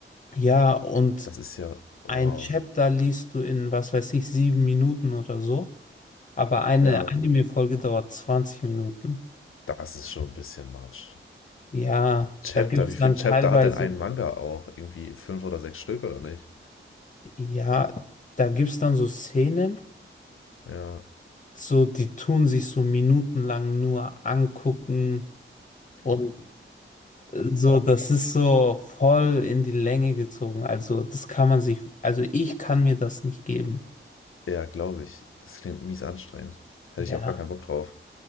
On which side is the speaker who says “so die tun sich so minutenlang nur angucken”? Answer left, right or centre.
Left